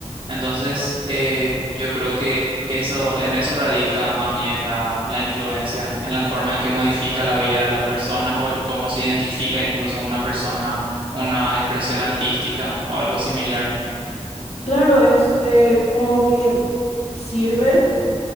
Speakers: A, on the right (about 45°); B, on the left (about 65°).
A: Entonces, eh, yo creo que eso, en eso radica más bien la, la influencia, en la forma en que modifica la vida de las personas o el- cómo se identifica incluso una persona, una expresión artística o algo similar.
B: claro, es eh, como que sirve